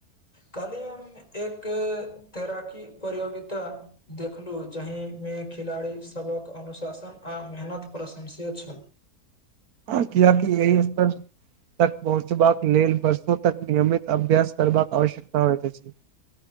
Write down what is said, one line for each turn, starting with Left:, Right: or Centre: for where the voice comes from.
Left: कहली हम एक तैराकी प्रितियोगिता देखलू जहि मे खेलाड़ी सभक अनुशासन आ मेहनत प्रशंसय छल
Right: हँ कियाकि एहि स्तर तक पहुँचबाक लेल बर्षो तक नियमित अभ्यस करबाक आवश्यकता हो छै